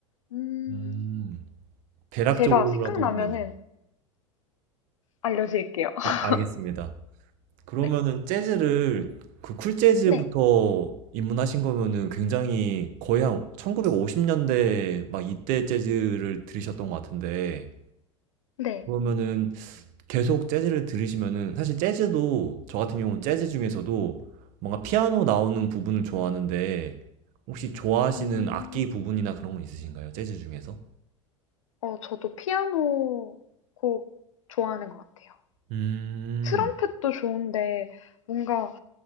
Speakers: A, on the left (about 75°); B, on the right (about 50°).
A: 음,
B: 음, 대략적으로라도,
A: 제가 생각나면은
B: 네네.
A: 알려드릴게요. <laughs>
B: 어, 알겠습니다. 그러면은
A: 네.
B: 재즈를 그 쿨 재즈부터
A: 네,
B: 입문하신 거면은 굉장히 거의 한 1950년대 막 이때 재즈를 들으셨던 것 같은데
A: 네.
B: 그러면은 계속 재즈를 들으시면은 사실 재즈도 저 같은 경우는 재즈 중에서도 뭔가 피아노 나오는 부분을 좋아하는데 혹시 좋아하시는
A: 음,
B: 악기 부분이나 그런 건 있으신가요? 재즈 중에서?
A: 어, 저도 피아노 곡 좋아하는 것 같아요.
B: 음,
A: 트럼펫도 좋은데 뭔가